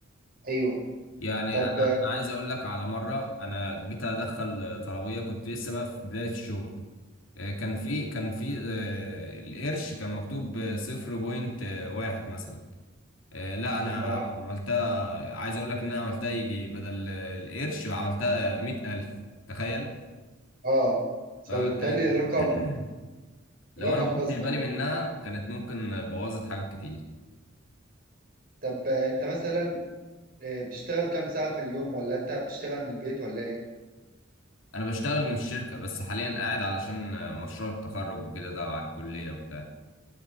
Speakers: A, on the right; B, on the left.
A: ايوه
B: يعني
A: طب
B: انا انا عايز اقول لك على مرة انا جيت ادخل طلبية كنت لسه بقى في بداية الشغل آه، كان
A: مم.
B: في كان في آه، القرش كان مكتوب صفر بوينت واحد مثلا آه، لا انا
A: طب ما
B: عملتها عايز اقول لك ان انا عملتها يجي بدل القرش عملتها مئة الف تخيل
A: اه فبالتالي
B: فكانت
A: الرقم
B: <clears throat> لو
A: الرقم
B: انا ما خدتش
A: باظ منك
B: بالي منها كانت ممكن بوظت حاجات كتير
A: طب انت مثلا آه، بتشتغل كام ساعة في اليوم ولا انت بتشتغل من البيت ولا ايه
B: انا بشتغل من الشركة بس حاليا قاعد علشان مشروع التخرج وكده تبع الكلية وبتاع